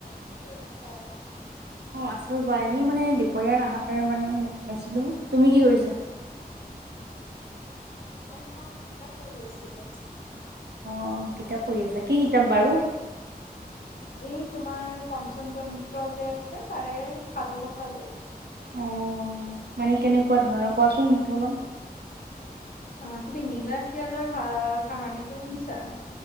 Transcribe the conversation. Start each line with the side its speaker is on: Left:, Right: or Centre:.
Left: কি কৰিছা
Right: অ আচৰ পৰা এনেই মানে দুপৰীয়াৰ আহাৰ মানে মই <unintelligible> আছিলো তুমি কি কৰিছা
Left: মইত কিতাপ পঢ়ি আছিলো
Right: অ কিতাপ পঢ়ি আছা কি কিতাপ বাৰু
Left: এই তোমাৰ পঞ্চনতন্ত্ৰ যে আছে তাৰে সাধু কথাবোৰ
Right: অ মানে কেনেকুৱা ধৰণৰ কোৱাচোন মোকো অলপ
Left: আহ তুমি নীলা শিয়ালৰ হ কাহানীটো শুনিছা